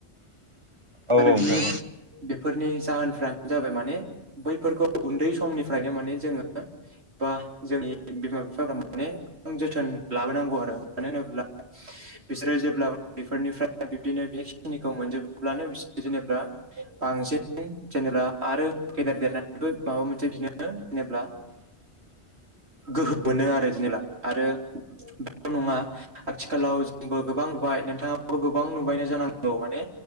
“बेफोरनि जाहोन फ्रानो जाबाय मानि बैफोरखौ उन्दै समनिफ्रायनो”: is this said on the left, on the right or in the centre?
Right